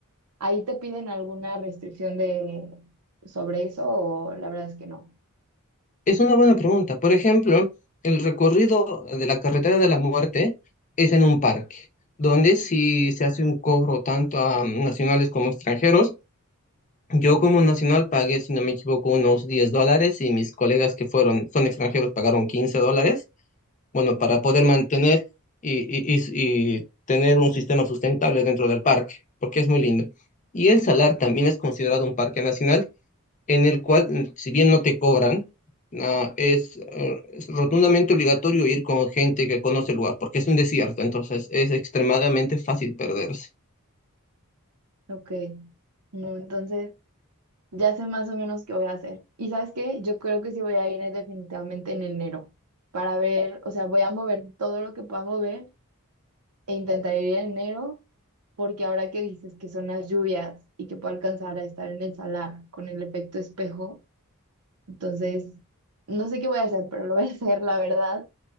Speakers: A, on the right; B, on the left.
A: ¿Ahí te piden alguna restricción de sobre eso o la verdad es que no?
B: Es una buena pregunta. Por ejemplo, el recorrido de la carretera de la muerte es en un parque, donde si se hace un cobro tanto a nacionales como extranjeros, yo como nacional pagué, si no me equivoco, unos 10 dólares y mis colegas que fueron, son extranjeros, pagaron 15 dólares. bueno, para poder mantener y, y, y- y tener un sistema sustentable dentro del parque, porque es muy lindo. Y el Salar también es considerado un parque nacional en el cual, mm, si bien no te cobran, ah, es, eh, es rotundamente obligatorio ir con gente que conoce el lugar, porque es un desierto, entonces es extremadamente fácil perderse.
A: Ok. No, entonces Ya sé más o menos qué voy a hacer. ¿Y sabes qué? Yo creo que sí voy a ir eh, definitivamente en enero para ver, o sea, voy a mover todo lo que pueda mover e intentaré ir en enero porque ahora que dices que son las lluvias y que puedo alcanzar a estar en el salar con el efecto espejo, entonces no sé qué voy a hacer, pero lo voy a <laughs> hacer, la verdad.